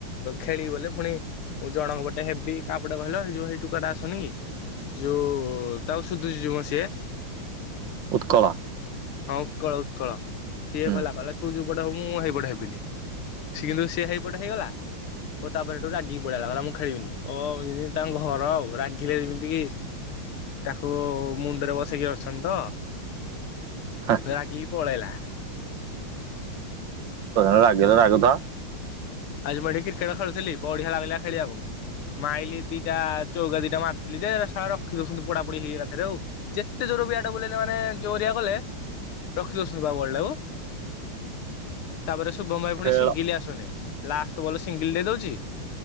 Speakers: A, on the left; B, on the right.
A: ଖେଳିବି ବୋଲେ ଫୁଣି ମୁଁ ଜଣଙ୍କ ପଟେ ହେବି କାପଟେ କହିଲ ହେଇଯୋଉ ହେଇ ଟୁକାଟା ଆସୁନି କି? ଯୋଉ ତାକୁ ସୁୁଦୁଚି ଯୋଉ ମ ସିଏ।
B: ଉତ୍କଳ।
A: ହଁ ଉତ୍କଳ ଉତ୍କଳ ସିଏ
B: ହୁଁ
A: କହିଲା କହିଲା ତୁ ଯେପଟେ ହବୁ ମୁଁ ହେଇପଟେ ହେବିନି। ସିଏ କିନ୍ତୁ ସେ ହେଇପଟେ ହେଇଗଲା ଓ ତାପରେ ସେଠୁ ରାଗିକି ପଳେଇଆଇଲା କହିଲା ମୁଁ ଖେଳିବିନି ଓ ଏମତି ତାଙ୍କ ଘର ଆଉ ରାଗିଲେ ଯେମିତି କି? ତାକୁ ମୁଣ୍ଡରେ ବସେଇକି ଅଛନ୍ତି ତ
B: ଆ
A: ରାଗିକି ପଳେଇଲା।
B: ପ୍ରଧାନ ରାଗିଲେ ରାଗୁ ତ
A: ଆଜି ମୁଁ ଏଇଠି କ୍ରିକେଟ ଖେଳୁଥିଲି ବଢିଆ ଲାଗିଲା ଖେଳିଆକୁ। ମାଇଲି ଦିଟା ଚୌକା ଦିଟା ମାରିଥିଲି ଯେ ଏରା ଶଳା ରଖି ଦଉଛନ୍ତି ପଡା ପଡିି ହେଇକି ଏକାଥରେ ଆଉ। ଯେତେ ଜୋରେ ବ୍ୟାଟ ବୁଲେଇଲେ ମାନେ ଜୋରିଆ କଲେ ରଖି ଦଉଛନ୍ତି ବା ବଲ୍ ଟାକୁ ତାପରେ ଶୁଭମ୍ ଭାଈ
B: ଖେଳ
A: ପୁଣି ସିଙ୍ଗିଲି ଆସୁନି। ଲାଷ୍ଟ ବଲ୍ ରେ ସିଙ୍ଗିଲ ଦେଇ ଦଉଚି।